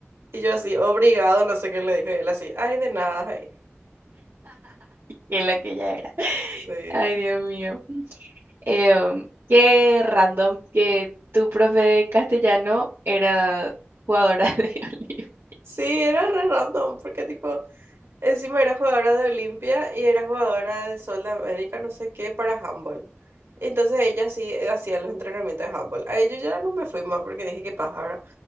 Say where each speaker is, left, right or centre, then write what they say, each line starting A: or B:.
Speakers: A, on the right; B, on the right.
A: Y yo así, obrigado, no sé qué le dije. Y él así, ay, de nada, ay.
B: que lo que ya era.
A: Sí.
B: Ay, Dios mío. Em, qué random que tu profe de castellano era jugadora <laughs> de Olimpia.
A: Sí, era re random, porque tipo, encima era jugadora de Olimpia y era jugadora de Sol de América, no sé qué, para handball. Entonces ella sí eh, hacía los entrenamientos de handball. A ello ya no me fui más porque dije, qué paja, ¿verdad?